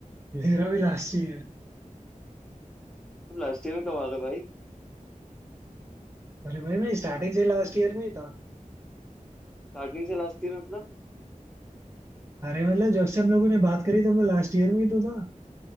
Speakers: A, on the right; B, in the centre.
A: मेरा भी लास्ट ईयर
B: तुम लास्ट ईयर में कब आ गए भाई
A: अरे भाई मैं स्टार्टिंग से लास्ट ईयर में ही था
B: स्टार्टिंग से लास्ट ईयर मतलब
A: अरे मतलब जब से हम लोगों ने बात करी तब मैं लास्ट ईयर में ही तो था